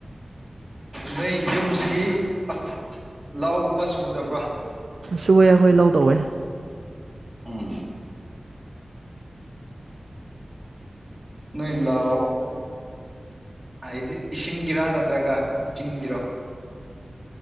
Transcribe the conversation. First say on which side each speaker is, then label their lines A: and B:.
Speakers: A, on the right; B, on the right.
A: ꯅꯣꯏ ꯌꯨꯝꯁꯤꯗꯤ ꯑꯁ ꯂꯥꯎꯒꯨꯝꯕ ꯁꯨꯗꯕ꯭ꯔꯥ
B: ꯁꯨꯋ‌ꯦ ꯑꯩꯈꯣꯏ ꯂꯧ ꯇꯧꯋꯦ
A: ꯎꯝ ꯅꫭꯏ ꯂꯧ ꯍꯥꯏꯗꯤ ꯏꯁꯤꯡꯒꯤꯔꯥ ꯅꯠꯇ꯭ꯔꯒ ꯆꯤꯡꯒꯤꯔꯣ